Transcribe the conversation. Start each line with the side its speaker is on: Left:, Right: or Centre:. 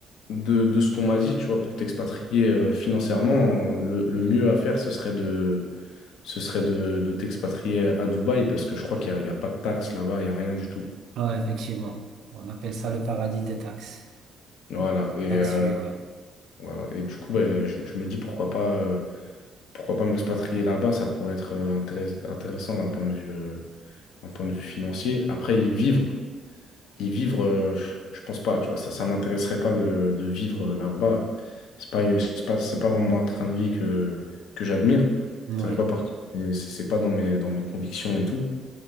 Left: de, de ce qu'on m'a dit, tu vois, pour t'expatrier euh, financièrement, euh, le, le mieux à faire, ce serait de, ce serait de, de t'expatrier à Dubaï parce que je crois qu'il n'y a, il y a pas de taxes là-bas, il n'y a rien du tout.
Right: Ah, effectivement. On appelle ça le paradis des taxes.
Left: Voilà. Et,
Right: Tax
Left: euh,
Right: free, ouais.
Left: voilà. Et du coup, ben, je, je me dis pourquoi pas, euh, pourquoi pas m'expatrier là-bas, ça pourrait être euh, intéress- intéressant d'un point de vue, euh, d'un point de vue financier. Après, y vivre. Et vivre, euh, je pense pas, tu vois, ça, ça m'intéresserait pas de, de vivre là-bas. C'est pas, c'est pas, c'est pas vraiment un train de vie que, que j'admire.
Right: Ouais.
Left: Ça fait pas partie, et c'est c'est pas dans mes, dans mes convictions et tout.